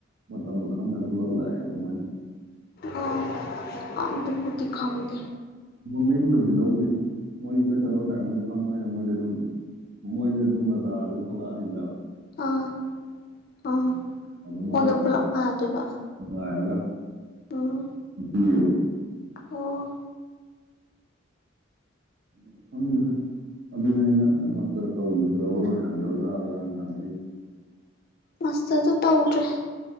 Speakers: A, on the right (about 60°); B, on the left (about 50°).
A: ꯃꯇꯝꯗ ꯈꯪꯅ ꯑꯗꯨꯝ ꯂꯧ ꯂꯥꯛꯑꯦꯕ ꯃꯣꯏꯅ
B: ꯑ ꯑꯗꯨ ꯑꯗꯨꯝ ꯈꯨꯨꯔꯇꯤ ꯈꯥꯎꯅꯤꯡꯗ
A: ꯃꯌꯨꯝꯗꯕꯨꯗꯤ ꯂꯧꯗꯦ ꯃꯣꯏꯒꯤ ꯆꯠꯀꯗꯕ ꯇꯥꯏꯃꯤꯡꯗꯣ ꯐꯪꯕꯅꯤꯅ ꯃꯣꯏꯁꯦ ꯑꯗꯨꯝ ꯃꯣꯏꯁꯦ ꯑꯗꯨꯝ ꯕꯖꯥꯔꯗ ꯊꯣꯛꯂꯛꯑꯅꯤꯅ ꯍ
B: ꯑꯥ ꯑꯥ
A: ꯑꯗꯨꯗ
B: ꯃꯣꯏꯒ ꯄꯨꯂꯞ ꯉꯥꯏꯗꯣꯏꯕ
A: ꯃꯔꯤꯒ
B: ꯎꯝ
A: <unintelligible>
B: ꯑꯣ
A: ꯎ ꯈꯪꯗꯦꯗ ꯑꯗꯨꯅꯤ ꯑꯩꯅ ꯅꯪ ꯃꯣꯁꯇ ꯇꯧꯈꯤꯗ꯭ꯔꯕ ꯂꯣꯏꯁꯤꯟꯒ꯭ꯔꯕꯖꯥꯜꯂꯅ ꯍꯪꯉꯛꯏꯁꯦ
B: ꯃꯁꯇꯗ ꯇꯧꯗ꯭ꯔꯦ